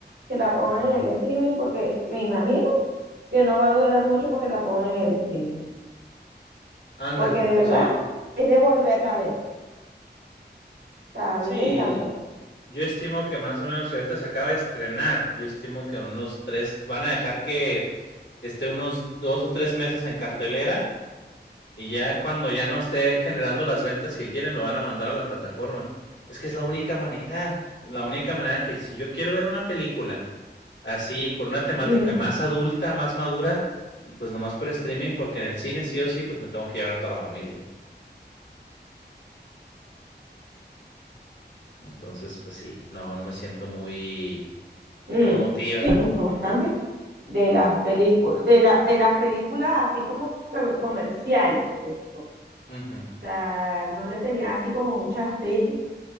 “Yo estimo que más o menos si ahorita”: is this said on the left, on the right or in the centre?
Left